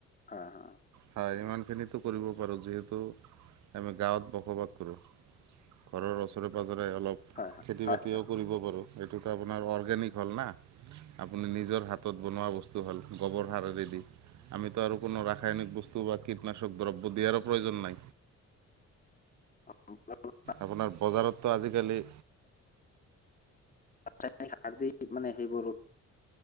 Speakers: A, on the left; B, on the right.
A: অহ অহ।
B: হয় ইমান খিনিতো কৰিব পাৰ যিহেতু আমি গাঁৱত বসবাস কৰোঁ ঘৰৰ ওচৰে পাজৰে অলপ
A: হয় হয়।
B: খেতি
A: হয়
B: বাতিও কৰিব পাৰোঁ এইটোতো আপোনাৰ অৰ্গেনিক হ'ল না আপুনি নিজৰ হাত ঘৰত বনুৱা বস্তু ভাল গোবৰ সাৰেৰে দি আমিতো আৰু কোনো ৰাসায়নিক বস্তু বস্তু বা কীটনাশক দ্ৰব্য দিয়াৰো প্ৰয়োজন নাই।
A: <inaudible>
B: আপোনাৰ বজাৰততো আজিকালি
A: ৰাসায়নিক সাৰ দি মানে সেইবোৰো